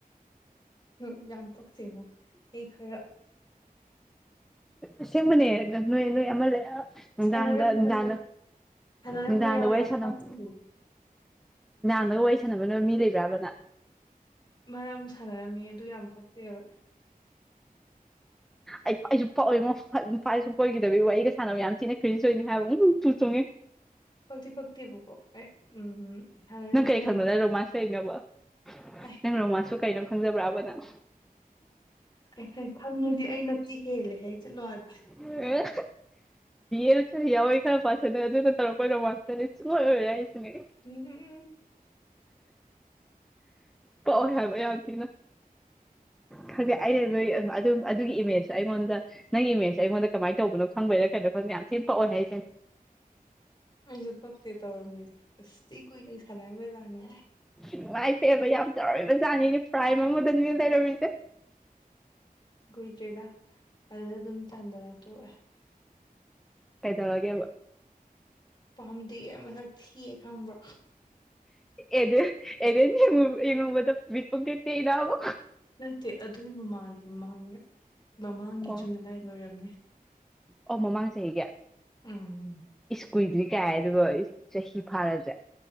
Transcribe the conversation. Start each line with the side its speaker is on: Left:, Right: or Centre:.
Left: ꯎꯝ ꯌꯥꯝ ꯄꯛ ꯣ ꯑꯩ ꯈꯔ
Centre: ꯑꯁꯦꯡꯕꯅꯦ ꯅꯣꯏ ꯅꯣꯏ ꯑꯃ ꯂꯩ ꯅꯨꯡꯗꯥꯡꯗ
Left: ꯁꯅꯔꯦ
Centre: ꯅꯨꯡꯗꯥꯡꯗ
Left: ꯌꯥ ꯁꯅꯔꯝꯕ
Centre: ꯅꯨꯡꯗꯥꯡꯗ
Left: ꯌꯥꯎꯋꯦ
Centre: ꯋꯥꯔꯤ
Left: ꯌꯥꯝ
Centre: ꯁꯥꯟꯅꯕ
Left: ꯄꯥ <unintelligible>
Centre: ꯒ ꯋꯥꯔꯤ ꯁꯥꯟꯅ ꯃꯤ ꯂꯩꯕ꯭ꯔꯥꯕ ꯅꯪ
Left: ꯃꯔꯝ ꯁꯥꯟꯅꯔꯝꯃꯤ ꯑꯗꯨ ꯌꯥꯝ ꯄꯛꯇꯦꯕ
Centre: ꯑꯩ ꯑꯩꯁꯨ ꯄꯥꯛꯑꯣꯏ ꯉꯣ ꯅꯨꯄꯥꯥ ꯁꯦ ꯁꯨꯝ ꯀꯣꯏꯈꯤꯗꯕꯤ ꯋꯥꯔꯤꯒ ꯁꯥꯟꯅꯕ ꯌꯥꯝ ꯊꯤꯅ ꯀ꯭ꯔꯤꯅꯁ ꯑꯣꯏꯅꯤ ꯍꯥꯏꯕ ꯑꯃꯨꯨ ꯇꯨ ꯆꯨꯉꯦ
Left: ꯄꯪꯛꯇꯤ ꯄꯪꯛꯇꯦꯕꯨꯀꯣ ꯑꯩ ꯎꯝ ꯎꯝ ꯁꯥꯟꯅꯔꯝꯃꯦ
Centre: ꯅꯪ ꯀꯩ
Left: ꯍꯥꯏꯔꯤꯁꯦ
Centre: ꯈꯪꯕꯗ ꯔꯣꯃꯥꯟꯁ ꯀꯩꯅꯣꯕ
Left: ꯑꯩ
Centre: ꯅꯪ ꯔꯣꯃꯥꯟꯁꯁꯨ ꯀꯩꯅꯣ ꯈꯪ ꯈꯪꯖꯕ꯭ꯔꯥꯕ ꯅꯪ
Left: ꯑꯩ ꯈꯪꯉꯗꯤ ꯑꯩꯩꯅꯄꯤ ꯍꯦꯜꯂꯦ ꯍꯥꯏ ꯆꯠꯂꯣ ꯍꯥꯏꯜꯂ
Centre: ꯕꯤ ꯑꯦ ꯌꯥꯎꯋꯦ ꯈꯔ ꯄꯥꯠꯂꯦ ꯑꯗꯨꯅ ꯇꯧꯔꯛ ꯀꯣꯏꯔꯧ ꯃꯁꯤꯦ ꯁꯨꯡꯣꯏ ꯑꯣꯏꯔꯦ ꯍꯥꯏꯁꯤꯅꯦ ꯑꯩ
Left: ꯎꯝ
Centre: ꯄꯛꯑꯣꯏ ꯍꯥꯏꯕ ꯌꯥꯝ ꯊꯤꯅ ꯐꯪꯖꯩ ꯑꯩꯩꯅ ꯂꯣꯏ ꯑꯗꯨꯝ ꯑꯗꯨꯒꯤ ꯏꯃꯦꯖꯁꯨ ꯑꯩꯉꯣꯟꯗ ꯅꯪꯒꯤ ꯏꯃꯦꯖꯇ ꯑꯩꯉꯣꯟꯗ ꯀꯃꯥꯏꯅ ꯇꯧꯕꯅꯣ ꯈꯪꯕꯩꯔꯥ ꯀꯩꯅꯣ ꯈꯪꯗꯦ ꯌꯥꯝ ꯊꯤꯅ ꯄꯛꯑꯣ ꯍꯥꯏꯁꯦ
Left: ꯑꯩꯁꯨ ꯄꯛꯇꯦ ꯇꯧꯔꯝꯃꯤꯗꯣ ꯑꯁ ꯁꯤ ꯀꯅ ꯁꯥꯟꯅ ꯃꯖꯥꯅꯦ
Centre: ꯏꯃꯥꯏ ꯄꯦꯝꯃ ꯌꯥꯝ ꯇꯧꯔꯝꯃꯤꯕꯖꯥꯠꯅꯤꯅꯦ ꯄ꯭ꯔꯥꯏꯝ ꯑꯃꯗꯅꯤꯅꯦ ꯂꯩꯔꯝꯃꯤꯁꯦ
Left: ꯀꯨꯏꯗ꯭ꯔꯦꯗ ꯑꯗꯨꯗ ꯑꯗꯨꯝ ꯇꯥꯟꯗꯅ ꯇꯣꯛꯑꯦ
Centre: ꯀꯩꯗ ꯋꯥꯒꯦꯕ
Left: ꯄꯥꯝꯗꯤꯒꯦ ꯃꯁꯛ ꯊꯤꯌꯦ ꯈꯪꯕ꯭ꯔꯥ
Centre: ꯑꯦ ꯑꯦ ꯌꯦꯉ ꯌꯦꯉꯗꯄꯠꯇ ꯏꯗꯕꯣ
Left: ꯅꯠꯇꯦ ꯑꯗꯨꯏ ꯃꯃꯥꯡꯅꯤꯦ ꯃꯃꯥꯡꯉꯦ ꯃꯃꯥꯡꯒꯤ
Centre: ꯑꯣ
Left: ꯖꯨꯟ ꯑꯗꯨꯗꯥꯏꯗ ꯑꯣꯏꯔꯝꯅꯦ
Centre: ꯑꯣ ꯃꯃꯥꯡ ꯆꯍꯤꯒ
Left: ꯎꯝ
Centre: ꯀꯨꯏꯗ꯭ꯔꯤ ꯀꯥꯏ ꯑꯗꯨꯒ ꯆꯍꯤ ꯐꯥꯔꯗ꯭ꯔꯦ